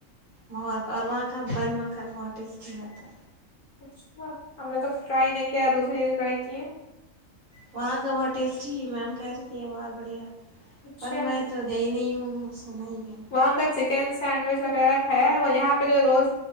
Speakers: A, on the right; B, on the left.
A: بہت اور وہاں ک بند مکھن ماٹیسٹیر تھا
B: اچھا ہم نے تو ٹرائی نہیں کیا ہے دوسری چیز ت کی
A: وہاں کا بہت ٹیسٹی میم کہہ رہی تھی بہت بڑھیا
B: اچھا
A: پر میں تو گئی نہیں ہوں سنا ہی ہے
B: وہاں کا چکن سینڈوچ وغیرہ کھیا ہے وہ یہاں یہ پہ جو روز